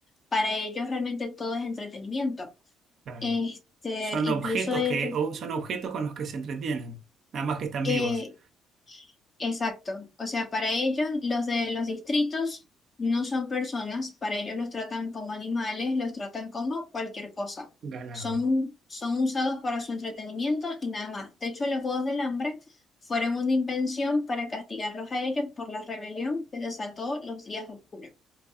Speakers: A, on the left; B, on the right.
A: Para ellos realmente todo es entretenimiento.
B: Claro.
A: Este,
B: Son
A: incluso
B: objetos
A: ellos,
B: que, o- son objetos con los que se entretienen, nada más que están
A: eh,
B: vivos.
A: Exacto. O sea, para ellos los de los distritos no son personas, para ellos los tratan como animales, los tratan como cualquier cosa.
B: Ganado.
A: Son, son usados para su entretenimiento y nada más. De hecho, los Juegos del Hambre fueron una invención para castigarlos a ellos por la rebelión que desató los días oscuros.